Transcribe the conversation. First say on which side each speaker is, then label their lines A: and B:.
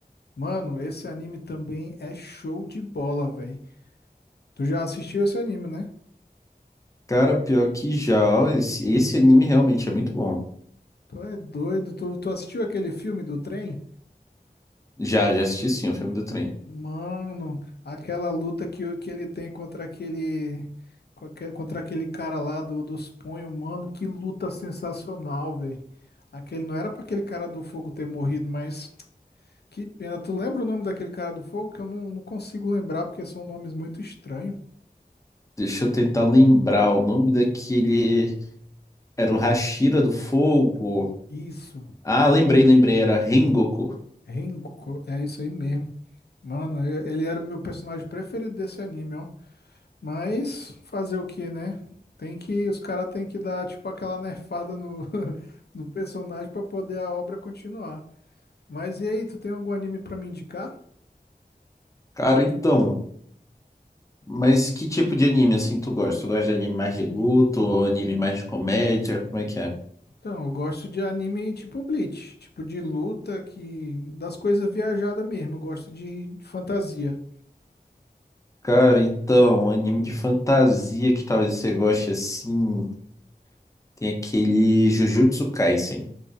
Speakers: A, on the left; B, on the left.
A: Mano, esse anime também é show de bola, velho. Tu já assistiu esse anime, né?
B: Cara, pior que já, ó, esse, esse anime realmente é muito bom.
A: Tu é doido, tu, tu assistiu aquele filme do trem?
B: Já, já assisti sim o filme do trem.
A: Mano, aquela luta que, o- que ele tem contra aquele com aque- contra aquele cara lá do, dos punhos, mano, que luta sensacional, velho. Aquele não era pra aquele cara do fogo ter morrido, mas que pena. Tu lembra o nome daquele cara do fogo que eu não, não consigo lembrar porque são nomes muito estranhos.
B: Deixa eu tentar lembrar o nome daquele. Era o Hashira do Fogo.
A: Isso,
B: Ah, lembrei, lembrei, era Rengoku.
A: Rengoku, é isso aí mesmo. Mano, eu- ele era o meu personagem preferido desse anime, ó. Mas fazer o que, né? Tem que, os caras têm que dar tipo aquela nerfada no, <laughs> no personagem pra poder a obra continuar. Mas e aí, tu tem algum anime pra me indicar?
B: Cara, então. Mas que tipo de anime assim tu gosta? Tu gosta de anime mais de luta ou anime mais de comédia? Como é que é?
A: Então, eu gosto de anime tipo Bleach, tipo de luta que das coisas viajadas mesmo. Eu gosto de, de fantasia.
B: Cara, então, anime de fantasia que talvez você goste assim. Tem aquele Jujutsu Kaisen.